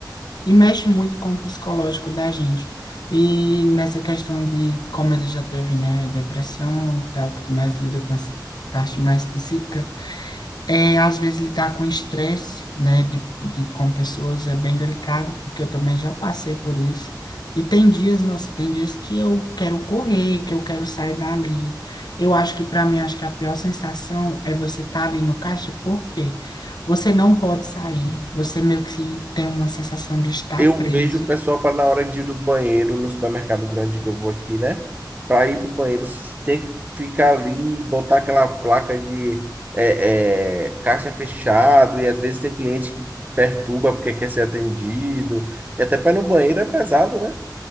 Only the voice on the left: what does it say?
E mexe muito com o psicológico da gente. E nessa questão de como ele já teve, né, depressão e tal, tudo mais, lida com essa parte mais psíquica, é, às vezes lidar com estresse, né, de, de- com pessoas é bem delicado, porque eu também já passei por isso. E tem dias, nossa, tem dias que eu quero correr, que eu quero sair dali. Eu acho que para mim, acho que a pior sensação é você estar ali no caixa, porque você não pode sair. Você meio que tem uma sensação de estar
preso.